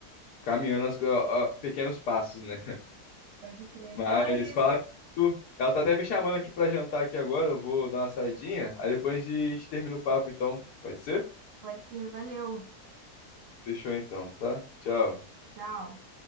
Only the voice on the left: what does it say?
caminhando as, co- a- a- pequenos passos, né?
Mas
falar isso, ela tá até me chamando aqui pra jantar aqui agora, eu vou dar uma saidinha, aí depois a gente termina o papo então, pode ser?
Fechou então, tá? Tchau.